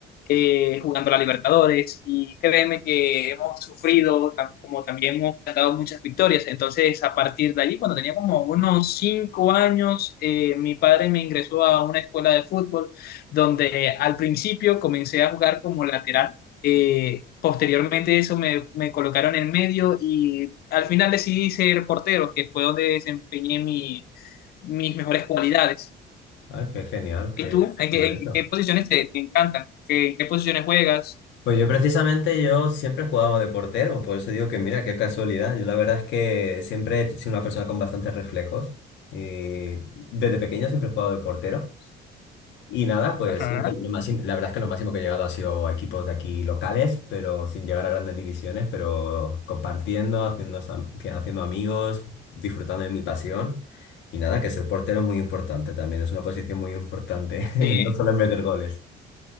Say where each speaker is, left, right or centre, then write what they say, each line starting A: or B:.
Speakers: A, on the left (about 55°); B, on the left (about 75°).
A: eh, jugando la Libertadores y créeme que hemos sufrido, tan- como también hemos cantado muchas victorias. Entonces, a partir de allí, cuando tenía como unos cinco años, eh, mi padre me ingresó a una escuela de fútbol donde al principio comencé a jugar como lateral. Eh, posteriormente eso me, me colocaron en medio y al final decidí ser portero, que fue donde desempeñé mi- mis mejores cualidades.
B: Ay, qué genial, qué
A: ¿Y tú? ¿En
B: curioso.
A: qué, en qué posiciones te, te encantan? ¿Qué, qué posiciones juegas?
B: Pues yo precisamente yo siempre he jugado de portero, por eso digo que mira, qué casualidad. Yo la verdad es que siempre he sido una persona con bastantes reflejos y desde pequeño siempre he jugado de portero. Y nada, pues
A: Ajá,
B: siempre lo máximo- la verdad es que lo máximo que he llegado ha sido a equipos de aquí locales, pero sin llegar a grandes divisiones, pero compartiendo, haciendo, sam- que- haciendo amigos, disfrutando de mi pasión. Y nada, que ser portero es muy importante también, es una posición muy importante, <laughs>
A: sí.
B: no solo es meter goles.